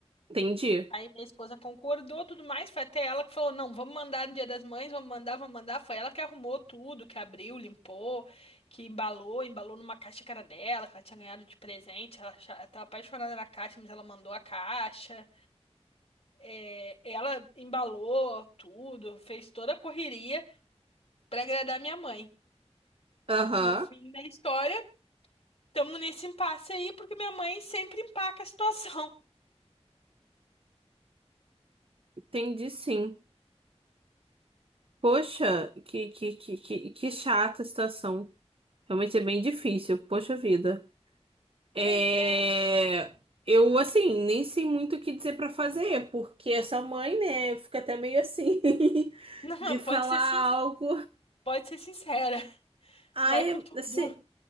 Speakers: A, on the right (about 55°); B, on the left (about 60°).
A: Entendi.
B: Aí minha esposa concordou, tudo mais. Foi até ela que falou: não, vamos mandar no Dia das Mães, vamos mandar, vamos mandar. Foi ela que arrumou tudo, que abriu, limpou, que embalou, embalou numa caixa que era dela, que ela tinha ganhado de presente. Ela acha- ela tava apaixonada na caixa, mas ela mandou a caixa. É, ela embalou tudo, fez toda a correria pra agradar minha mãe.
A: Aham,
B: No fim da história, estamos nesse impasse aí, porque minha mãe sempre empaca a situação.
A: entendi sim. Poxa, que, que, que, que, que chata a situação. Realmente é bem difícil. Poxa vida. É...
B: Mas é. <laughs>
A: Eu, assim, nem sei muito o que dizer pra fazer, porque essa mãe, né, fica até meio assim, <laughs>
B: Não,
A: de
B: pode
A: falar
B: ser, sin-
A: algo.
B: pode ser sincera.
A: Ai,
B: Vai com tudo.
A: assim.